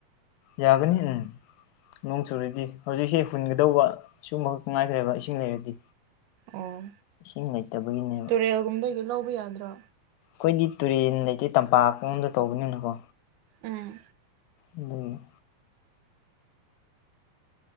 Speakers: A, on the left (about 80°); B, on the right (about 90°).
A: ꯌꯥꯒꯅꯤ ꯎꯝ ꯅꯣꯡ ꯆꯨꯔꯗꯤ ꯍꯧꯖꯤꯛꯁꯦ ꯍꯨꯟꯒꯗꯧꯕ ꯁꯨꯒꯨꯝꯕꯈꯛ ꯉꯥꯏꯈ꯭ꯔꯦꯕ ꯏꯁꯤꯡ ꯂꯩꯔꯗꯤ
B: ꯑꯣ
A: ꯏꯁꯤꯡ ꯂꯩꯇꯕꯒꯤꯅꯦꯕ
B: ꯇꯨꯔꯦꯜꯒꯨꯝꯗꯒꯤ ꯂꯧꯕ ꯌꯥꯗ꯭ꯔꯣ
A: ꯈꯣꯏꯗꯤ ꯇꯨꯔꯦꯟ ꯂꯩꯇꯦ ꯇꯝꯄꯥꯛꯑꯣꯝꯗ ꯇꯧꯕꯅꯤꯅꯀꯣ
B: ꯑꯥ
A: ꯎꯝ